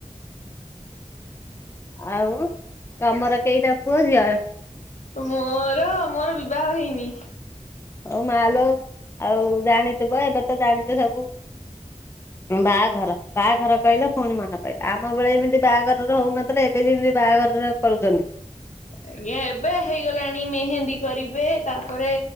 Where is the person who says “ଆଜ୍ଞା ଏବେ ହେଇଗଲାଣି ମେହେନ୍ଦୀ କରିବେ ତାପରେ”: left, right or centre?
Left